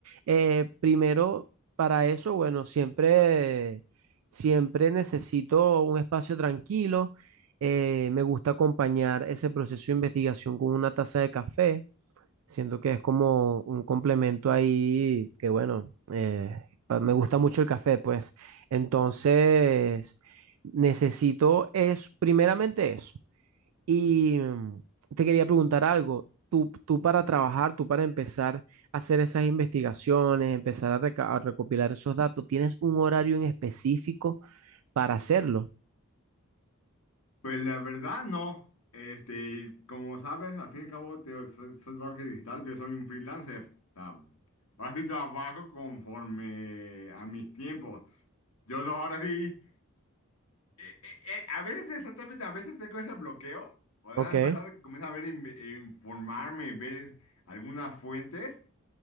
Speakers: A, on the right (about 80°); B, on the left (about 80°).
A: eh, primero, para eso, bueno, siempre, siempre necesito un espacio tranquilo. Eh, me gusta acompañar ese proceso de investigación con una taza de café. Siento que es como un complemento ahí, que bueno, eh, pa- me gusta mucho el café, pues. Entonces, necesito es primeramente eso. Y mm, te quería preguntar algo. Tú, tú para trabajar, tú para empezar a hacer esas investigaciones, empezar a, reca- a recopilar esos datos, ¿tienes un horario en específico para hacerlo?
B: Pues la verdad no. Este, como sabes, al fin y al cabo, te, soy, soy marketing digital, yo soy un freelancer. O sea, ahora sí trabajo conforme a mis tiempos. Yo so- ahora sí, eh, eh, eh, a veces exactamente, a veces tengo ese bloqueo. O sea,
A: Ok.
B: a pesar de que comienzo a ver, in- eh, informarme, ver algunas fuentes.